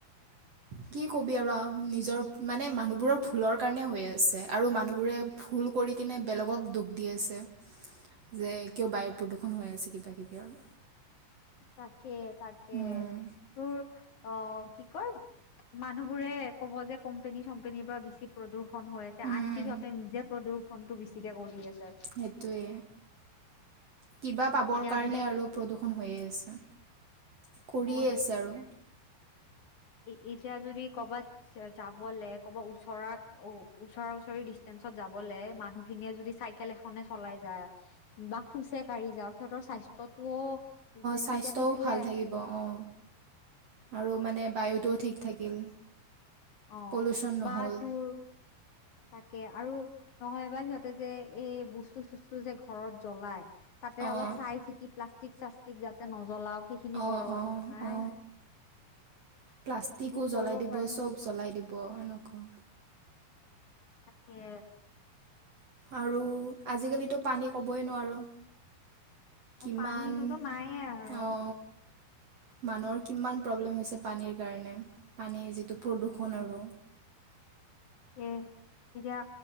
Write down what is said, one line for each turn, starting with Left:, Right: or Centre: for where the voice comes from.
Right: কি কবি আৰু নিজৰ মানে মানুহবোৰৰ ভুলৰ কাৰণে হৈ আছে, আৰু মানুহবোৰে ভুল কৰি কিনে বেলেগক দু খ দি আছে, যে কিয় বায়ু প্ৰদূষণ হৈ আছে কিবাাকিবি আৰু।
Left: তাকে তাকে
Right: উম,
Left: তোৰ অ কি কয় মানুহবোৰে কব যে কম্পেনী চম্পেনীৰ পৰা বেছি প্ৰদূষণ হৈ আছে
Right: উম,
Left: আনকি সিহঁতে নিজে প্ৰদূষণটো বেছিকে কৰি আছে
Right: সেইটোৱে কিবা পাবৰ
Left: এতিয়া
Right: কাৰণে
Left: যদি
Right: আৰু প্ৰদূষণ হৈয়ে আছে কৰিয়ে
Left: অ
Right: আছে আৰু
Left: এ এতিয়া যদি ক'বাত যাবলে কবাত ওচৰাত ও ওচৰা ওচৰি ডিচষ্টেঞ্চত যাবলে মানুহখিনিয়ে যদি চাইকেল এখনে চলাই যায় বা খোছে কাঢ়ি যাওঁ সিহঁতৰ স্বাস্থ্যটোও
Right: স্বাস্থ্যও
Left: ঠিকে থাকিলে
Right: ভাল থাকিব অ অ আৰু মানে বায়ুটো ও ঠিক থাকিল
Left: অ
Right: পলিউচন নহ'ল
Left: বা তোৰ তাকে আৰু নহয় বা সিহঁতে যে এই বস্তু চস্তু যে ঘৰত জ্বলাই তাতে
Right: অ',
Left: অলপ চাই চিতি প্লাষ্টিক চাষ্টিক যাতে নজ্বলাওক সেইখিনি
Right: অ
Left: কৰক
Right: অ
Left: নাই
Right: অ প্লাষ্টিকো
Left: এইবোৰ কৰিব
Right: জ্বলাই দিব
Left: পাৰে
Right: চব জ্বলাই দিব এনেকুৱা
Left: তাকে
Right: আৰু আজিকালি ত পানী কবই নোৱাৰো কিমান
Left: অ পানীটোতো নাইয়ে আৰু
Right: অঁ মানুহৰ কিমান প্ৰব্লেম হৈছে পানীৰ কাৰণে পানীৰ যিটো প্ৰদূষণ আৰু
Left: এ এতিয়া